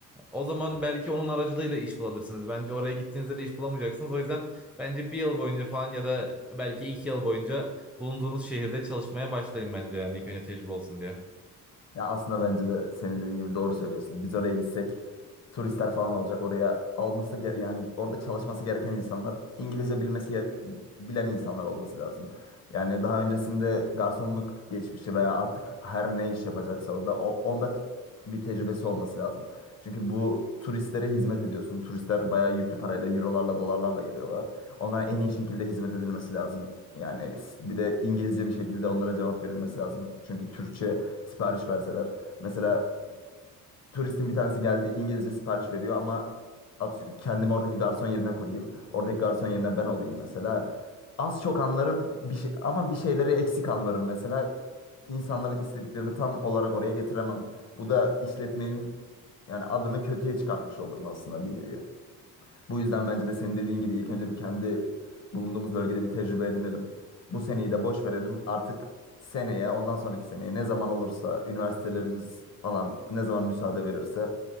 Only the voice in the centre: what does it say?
o zaman belki onun aracılığıyla iş bulabilirsiniz. Bence oraya gittiğinizde de iş bulamayacaksınız. O yüzden bence bir yıl boyunca falan ya da belki iki yıl boyunca bulunduğunuz şehirde çalışmaya başlayın bence yani ilk önce tecrübe olsun diye.